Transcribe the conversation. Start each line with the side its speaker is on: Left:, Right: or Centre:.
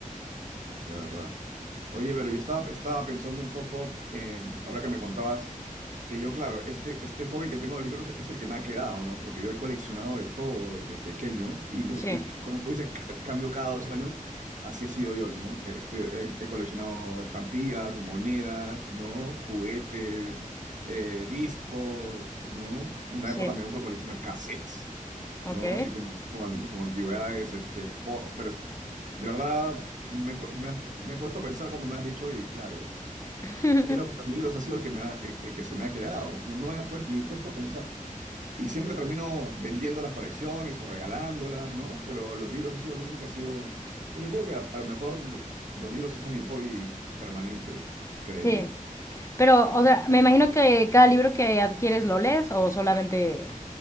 Right: De verdad. Oye, pero yo estaba, estaba pensando un poco, en- ahora que me contabas, que yo, claro, este, este hobby que tengo de los libros es el que me ha quedado, ¿no? Porque yo he coleccionado de todo desde pequeño y, lo,
Left: Sí,
Right: y <laughs> cuando tú dices ca- cambio cada dos años, así he sido yo, ¿no? Eh, Estoy, he, he coleccionado estampillas, monedas, ¿no? Juguetes, eh, discos, ¿no? Una
Left: sí,
Right: época me dio por coleccionar cassettes,
Left: ok.
Right: ¿no? Así como, como, an- como antigüedades, este, pósters. De verdad, me, pu- me has- me he puesto a pensar cuando me has dicho y claro,
Left: <laughs>
Right: creo que los libros ha sido el que, me ha- eh, eh, que se me ha quedado. No, no me he pues, ni puesto a pensar. Y siempre termino vendiendo las colecciones o regalándolas, ¿no? Pero los libros ha sido lo único que ha sido... Entonces yo creo que a, a lo mejor lo- los libros sí son mi hobby permanente, creería,
Left: Sí, pero,
Right: ¿no?
Left: o sea, me imagino que cada libro que adquieres lo lees o solamente...